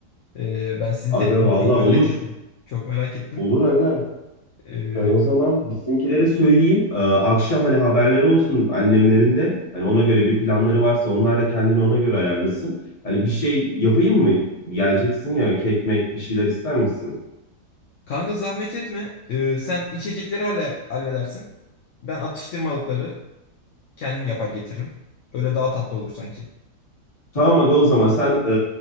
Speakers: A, on the left; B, on the left.
A: Ee, ben sizin
B: Aga
A: televizyonu
B: valla
A: çok merak
B: olur.
A: ettim. Çok merak ettim.
B: Olur aga.
A: Ee,
B: Ben o zaman bizimkilere söyleyeyim. Ee, akşam hani haberleri olsun annemlerin de. Hani ona göre bir planları varsa onlar da kendini ona göre ayarlasın. Hani bir şey yapayım mı? Geleceksin ya kek mek bir şeyler ister misin?
A: kanka zahmet etme. Ee, sen içecekleri halle halledersin. Ben atıştırmalıkları kendim yapar getiririm. Öyle daha tatlı olur sanki.
B: Tamam aga o zaman sen e,